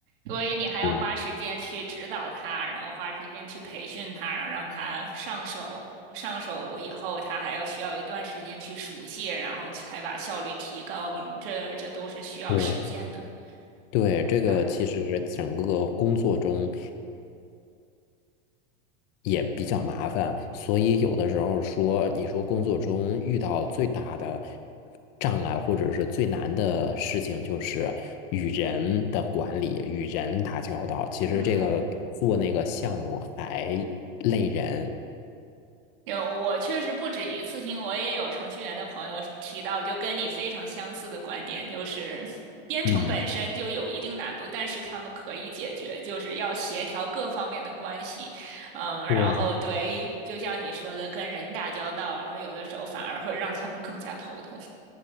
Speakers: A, on the right (about 60°); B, on the left (about 35°).
A: 所以你还要花时间去指导他，
B: 对。
A: 然后花时间去培训他，然后让他上手。上手以后，他还要需要一段时间去熟悉，然后才把效率提高。然后这这都是需要时间的，
B: 对对，这个其实整个工作中
A: 明白？
B: 也比较麻烦，所以有的时候说，你说工作中遇到最大的障碍或者是最难的事情，就是与人的管理、与人打交道。其实这个做那个项目还累人，
A: 嗯，有，我确实不止一次性，我也有程序员的朋友提到，就跟你非常相似的观点，就是编程本身就有一定难度，
B: 嗯，
A: 但是他们可以解决，就是要协调各方面的关系，嗯，然后对，
B: 对。
A: 就像你说的，跟人打交道，然后有的时候反而会让他们更加头痛，